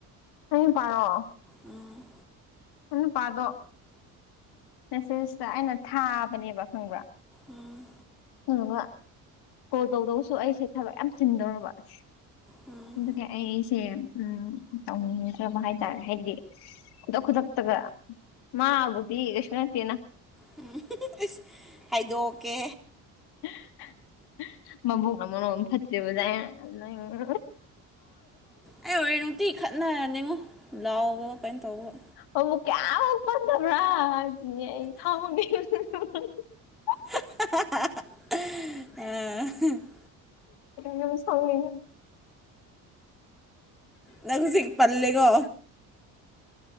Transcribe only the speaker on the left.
ꯑꯩ ꯅꯨꯄꯥꯔꯣ
ꯅꯨꯄꯥꯗꯣ ꯃꯦꯁꯦꯁꯇ ꯑꯩꯅ ꯊꯥꯕꯅꯦꯕ ꯈꯪꯕ꯭ꯔꯥ
ꯑꯗꯨꯒ ꯀꯣꯜ ꯇꯧꯗꯧꯁꯨ ꯑꯩꯁꯦ ꯊꯕꯛ ꯌꯥꯝ ꯆꯤꯟꯗꯧꯔꯕ ꯑꯁ
ꯑꯗꯨꯗꯒꯤ ꯑꯩ ꯑꯩꯁꯦ ꯎꯝ ꯇꯧꯅꯤꯡꯗ꯭ꯔꯕ ꯍꯥꯏꯇꯥꯔꯦ ꯍꯥꯏꯗꯤ ꯈꯨꯗꯛ ꯈꯨꯗꯛ ꯒ ꯃꯥꯕꯨꯗꯤ ꯀꯩꯁꯨ ꯅꯠꯇꯦꯅ
ꯎ <inaudible> ꯃꯕꯨꯛꯅ ꯃꯔꯣꯜ ꯑꯃ ꯐꯠꯇꯔꯤꯕꯥ ꯅꯪ ꯎꯃ
ꯃꯕꯨꯛ ꯀꯌꯥꯃꯨꯛ ꯐꯠꯇꯕ꯭ꯔꯥ ꯍꯥꯏꯖꯤꯅꯤ ꯑꯩ <unintelligible>
ꯌꯥꯝ ꯁꯥꯎꯅꯤꯡ